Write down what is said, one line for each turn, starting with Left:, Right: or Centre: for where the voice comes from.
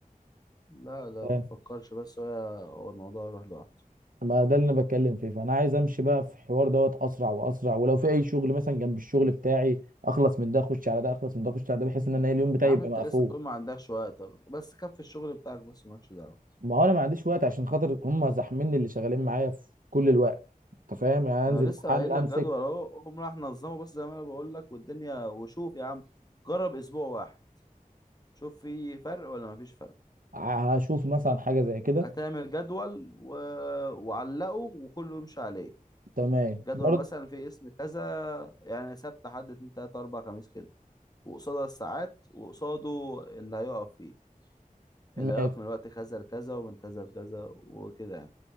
Left: لا لا
Right: فاهم
Left: ما تفكرش بس هو هو الموضوع يروح لوحده
Right: ما ده اللي انا بتكلم فيه فانا عايز امشي بقى في الحوار دوت اسرع واسرع ولو في اي شغل مثلا جنب الشغل بتاعي اخلص من ده اخش على ده اخلص من ده اخش على ده بحيث ان انا إيه اليوم بتاعي
Left: يا عم
Right: يبقى
Left: انت
Right: مقفول
Left: لسه بتقول ما عندكش وقت بس كفي الشغل بتاعك بس مالكش دعوه
Right: ما هو انا ما عنديش وقت عشان خاطر هم زحميني اللي شغالين معايا في كل الوقت انت فاهم يعني
Left: انا
Right: انزل
Left: لسه
Right: محل
Left: قايل
Right: امسك
Left: لك جدول اهو قوم راح نظمه بس زي ما انا بقول لك والدنيا وشوف يا عم جرب اسبوع واحد شوف في فرق ولا مفيش فرق
Right: هشوف مثلا حاجة زي كده
Left: هتعمل جدول و... وعلقه وكله يمشي عليه
Right: تمام
Left: جدول
Right: برضه
Left: مثلا في اسم كذا يعني سبت حد اتنين تلاتة أربعة خميس كده وقصادها الساعات وقصاده اللي هيقف فيه
Right: ماشي
Left: اللي هيقف من وقت كذا لكذا ومن كذا لكذا وكده يعني